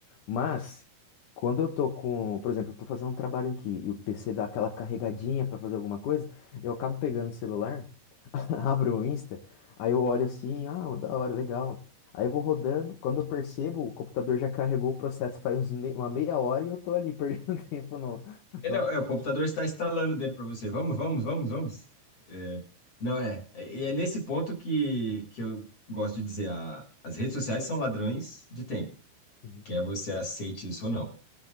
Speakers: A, on the left; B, on the left.
A: Mas quando eu tô com, por exemplo, eu tô fazendo um trabalho aqui e o PC dá aquela carregadinha para fazer alguma coisa, eu acabo pegando o celular, <laughs> abro o Insta, aí eu olho assim, ah, da hora, legal. Aí eu vou rodando, quando eu percebo, o computador já carregou o processo faz uns mei- uma meia hora e eu tô ali perdendo <laughs> tempo no,
B: É,
A: no...
B: não, é, o computador está instalando dele para você. Vamos, vamos, vamos, vamos. É, não é. É, E é, nesse ponto que, que eu gosto de dizer: a- as redes sociais são ladrões de tempo,
A: Uhum.
B: quer você aceite isso ou não.